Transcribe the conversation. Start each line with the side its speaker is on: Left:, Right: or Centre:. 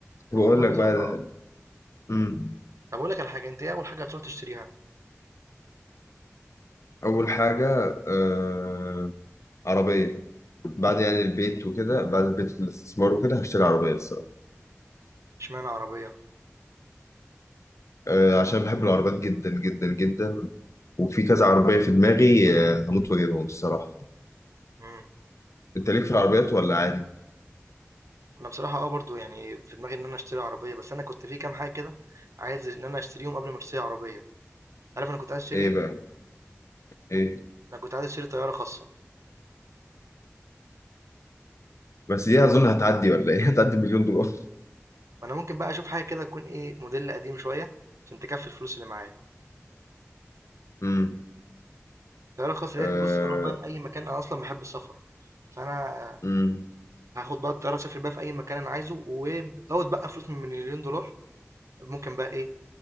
Left: بقول
Right: فالموضوع
Left: لك
Right: بصراحه
Left: بقى ده. امم
Right: طب اقول لك على حاجه انت ايه اول حاجه هتروح تشتريها
Left: اول حاجه آه، عربية بعد يعني البيت وكده بعد البيت الاستثمار وكده هشتري عربية الصراحة
Right: اشمعنى عربيه
Left: آه، عشان بحب العربيات جدا جدا جدا وفي كذا عربية في دماغي آه، هموت واجيبهم الصراحة
Right: امم
Left: انت ليك في العربيات ولا عادي؟
Right: انا بصراحه اه برضو يعني في دماغي ان انا اشتري عربيه بس انا كنت في كام حاجه كده عايز ان انا اشتريهم قبل ما اشتري عربيه عارف انا كنت عايز اشتري
Left: ايه
Right: ايه
Left: بقى؟ ايه؟
Right: انا كنت عايز اشتري طياره خاصه
Left: بس دي اظن هتعدي ولا ايه؟ <laughs> هتعدي مليون دولار
Right: ما انا ممكن بقى اشوف حاجه كده تكون ايه موديل قديم شويه عشان تكفي الفلوس اللي معايا
Left: امم
Right: الطيارة الخاصة ديت
Left: آه،
Right: بص هروح بقى في أي مكان أنا أصلا بحب السفر فأنا
Left: امم
Right: هاخد بقى الطيارة أسافر بقى في أي مكان أنا عايزه ولو بقى فلوس من مليون دولار ممكن بقى إيه